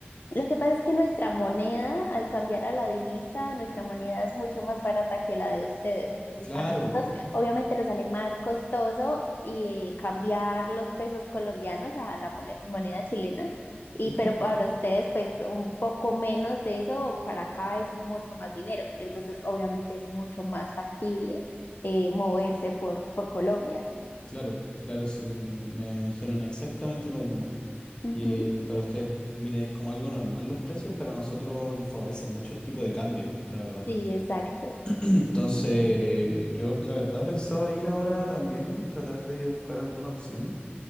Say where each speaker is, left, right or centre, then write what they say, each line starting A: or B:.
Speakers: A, on the left; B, on the left.
A: Lo que pasa es que nuestra moneda, al cambiar a la divisa, nuestra moneda es mucho más barata que la de ustedes. Entonces,
B: Claro,
A: a nosotros obviamente nos sale más costoso y eh, cambiar los pesos colombianos a la mole- moneda chilena. Y
B: ujú,
A: pero para ustedes, pues un poco menos de eso, para acá es mucho más dinero. Entonces, obviamente es mucho más factible eh, moverse por, por Colombia.
B: claro, claro, sí, me dijeron exactamente lo mismo,
A: Ujú.
B: que para ustedes, mire, es como algo normal los precios, pero a nosotros nos favorece mucho el tipo de cambio, la verdad.
A: Sí, exacto.
B: Entonces, yo la verdad pensaba ir ahora también, tratar de buscar alguna opción